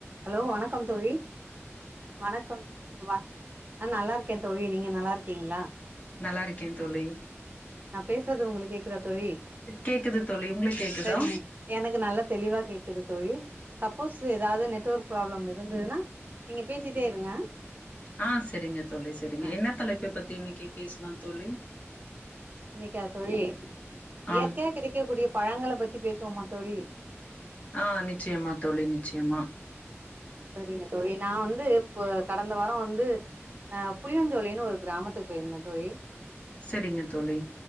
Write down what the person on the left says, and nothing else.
நல்லா இருக்கே தோழி
கேக்குது தோழி உங்களுக்கு கேக்குதா
ஆ சேரிங்க தோழி சேரிங்க
என்ன தலைப்ப பத்தி இன்னக்கி பேஸ்லா தோழி
ஆ
ஆ நிச்சயமா தோழி நிச்சயமா
சரிங்க தோழி